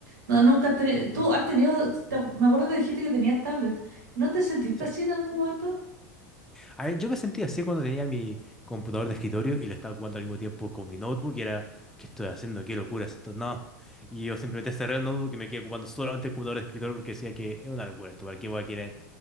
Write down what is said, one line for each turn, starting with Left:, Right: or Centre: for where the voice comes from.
Right: No, nunca te... Tú has tenido... te acu- me acuerdo que dijiste que tenías tablet. ¿No te sentiste
Centre: Sí.
Right: así en algún momento?
Centre: A ver, yo me sentía así cuando tenía mi computador de escritorio y lo estaba ocupando al mismo tiempo con mi notebook y era, ¿qué estoy haciendo? ¿Qué locura es esto? No. Y yo simplemente cerré el notebook y me quedé ocupando solamente el computador de escritorio porque decía que es una locura esto, ¿para qué voy a querer